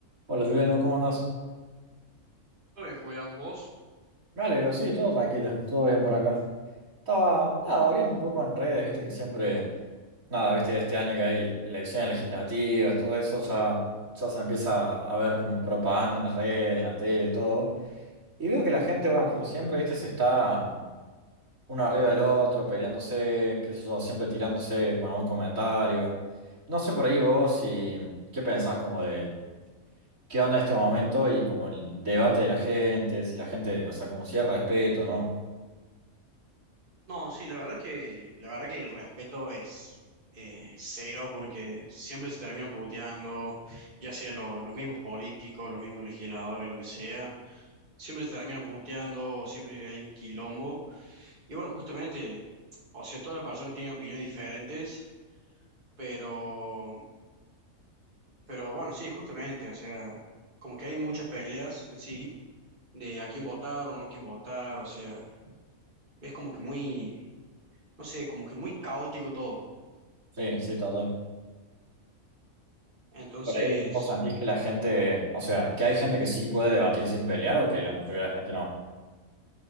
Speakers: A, on the right; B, on the right.
A: Hola Juliano, ¿cómo andás?
B: Todo bien, Julián, ¿vos?
A: Me alegro, sí, todo tranquilo, todo bien por acá. Estaba, nada, viendo un poco en redes, viste que siempre, nada, viste este año que hay elecciones legislativas, todo eso ya, ya se empieza a ver como propaganda en las redes, en la tele, todo. Y veo que la gente, bueno, como siempre, viste, se está uno arriba del otro, peleándose, qué sé yo, siempre tirándose con algún comentario. No sé por ahí vos si, ¿qué pensás como de, qué onda este momento y como el debate de la gente, si la gente, o sea, como si hay respeto, ¿no?
B: No, sí, la verdad que, la verdad que el respeto es eh, cero porque siempre se terminan puteando, ya sea lo- los mismos políticos, los mismos legisladores, lo que sea, siempre se terminan puteando, siempre hay un quilombo. Y bueno, justamente, o sea, todas las personas tienen opiniones diferentes, pero, pero bueno, sí, justamente, o sea, como que hay muchas peleas en sí de a quién votar o no quién votar, o sea, es como que muy... no sé, como que muy caótico todo.
A: Sí, sí, total.
B: Entonces,
A: Por ahí, ¿vos sentís que la gente, o sea, que hay gente que sí puede debatir sin pelear o que la mayoría de la gente no?